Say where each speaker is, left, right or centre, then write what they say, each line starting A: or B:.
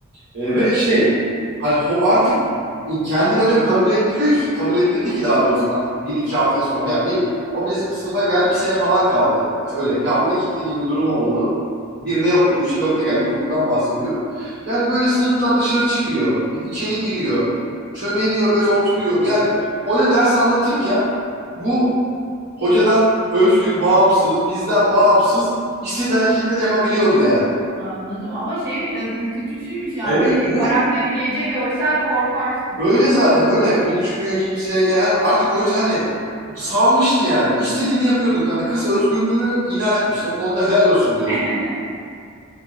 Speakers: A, on the right; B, on the right.
A: E,
B: <laughs>
A: ve şey hani ho- artık kendini öyle bir kabul ettiriyor ki kabul ettirdi ki daha doğrusu artık bir iki hafta sonra yani bir o bizim sınıfa geldi bir sene falan kaldı. E, Öyle kaldı gitti gibi bir durum oldu. Bir de yoktu. Üçte dörtte geldi. İlkokuldan bahsediyorum. Yani böyle sınıftan dışarı çıkıyor. içeri giriyor. Çömeliyor böyle oturuyor. Yani hoca ders anlatırken bu hocadan özgür, bağımsız, bizden bağımsız istediği hareketleri yapabiliyordu yani.
B: Anladım ama şey biraz ürkütücüymüş yani.
A: Evet,
B: Öyle bir
A: evet.
B: karakteri gece görsen korkarsın.
A: Öyle zaten öyle konuşmuyor kimseyle. Hani artık hoca hani salmıştı yani. İstediğini yapıyorduk. Hani kız özgürlüğünü ilan etmişti. O konuda helal olsun diyorum.
B: <laughs>